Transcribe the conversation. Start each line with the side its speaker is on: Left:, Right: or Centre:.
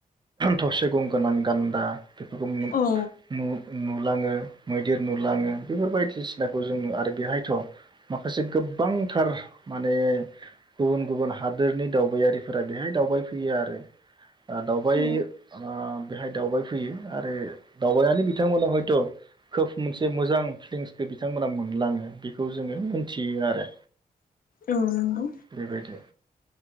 Right: थसे गं गोनां गान्दा। बेफोरखौ नु
Left: औ
Right: नु नुलाङो। मैदेर नुलाङो बेफोर बायदिसिनाखौ जों नु आरो बेहायथ' माखासे गोबांथार माने गुबुन गुबुन हादोरनि दावबायारिफोरा बेहाय दावबाय फैयो आरो। दावबाय
Left: औ
Right: ओ बेहाय दावबायफैयो आरो दावबायनानै बिथांमोना हयथ' खोब मोनसे मोजां फिलिंसखौ बिथांमोना मोनलाङो बेखौ जोङो मोनथियो आरो
Left: औ नंगौ
Right: बेबायदि।